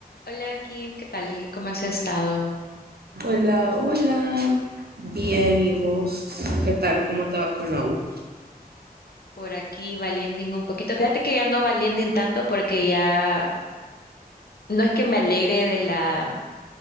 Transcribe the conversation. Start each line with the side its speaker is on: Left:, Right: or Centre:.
Left: Hola Kim, ¿qué tal? ¿Cómo has estado?
Right: Hola, hola. Bien, ¿y vos? ¿Qué tal? ¿Cómo te va con la U?
Left: Por aquí valiending un poquito. Fíjate que ya no valiending tanto porque ya no es que me alegre de la